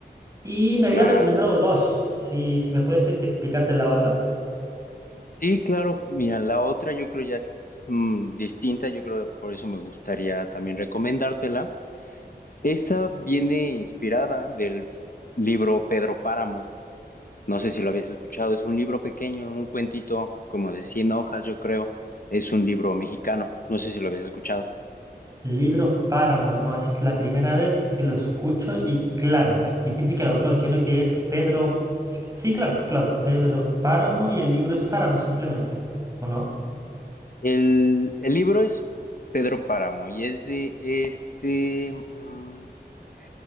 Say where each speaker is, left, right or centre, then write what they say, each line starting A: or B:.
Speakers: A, on the right (about 20°); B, on the left (about 55°).
A: Y me había
B: Claro.
A: recomendado dos. Si, si me puedes explicarte la otra.
B: Sí, claro. Mira, la otra yo creo ya es mm, distinta, yo creo que por eso me gustaría también recomendártela. Esta viene inspirada del libro Pedro Páramo. No sé si lo habías escuchado, es un libro pequeño, un cuentito como de 100 hojas, yo creo. Es un libro mexicano, no sé si lo habías escuchado.
A: Libro Páramo, no es la primera vez que lo escucho y claro, aquí dice que el autor creo que es Pedro... Sí, sí, claro, claro, Pedro Páramo y el libro es Páramo simplemente, ¿o no?
B: El, el libro es Pedro Páramo y es de este, mm,